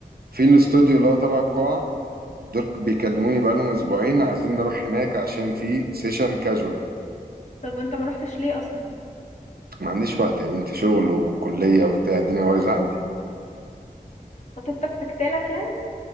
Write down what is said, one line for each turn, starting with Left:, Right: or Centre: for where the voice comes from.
Right: في الاستوديو اللي هو تبع القاعة دول بيكلموني بقالهم أسبوعين عايزين نروح هناك عشان في سيشن كاجوال
Left: طب وانت ما روحتش ليه اصلا
Right: ما عنديش وقت يا بنتي شغل وكلية وبتاع الدنيا بايظة عندي
Left: خطيبتك سكتالك يعني